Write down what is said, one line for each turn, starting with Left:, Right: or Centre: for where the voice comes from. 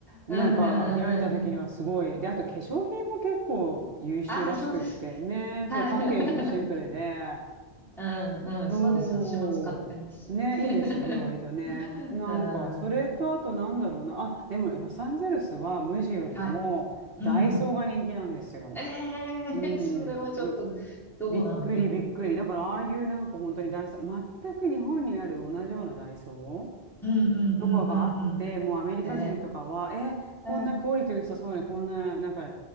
Right: なんか開いた時にはすごい。
Centre: うんうんうんうんうん。
Right: で、あと化粧品も結構優秀らしくってね。
Centre: ああ、そうですね。はい。
Right: そう、パッケージもシンプルで。
Centre: <laughs> うん、うん、
Right: おー。
Centre: そうですね。私も使ってます。
Right: ね、
Centre: <laughs>
Right: いいですよね、割とね。なんか、
Centre: うん、
Right: それとあとなんだろうな。あ、でも、ロサンゼルスは無地よりもダイソーが人気なんですよ。
Centre: はい。うん、うん。ええそれはちょっと、
Right: うん。に
Centre: どうなんだろ
Right: びっくりびっくり。だから、ああいうなんか本当にダイソー、全く日本にある同じようなダイソー
Centre: う。うん、うん、うん、
Right: とかがあって、
Centre: うん、うん。
Right: もうアメリカ人とかは、
Centre: え
Right: え、こんなクオリティ良さそうね、
Centre: え
Right: こんな、なんか、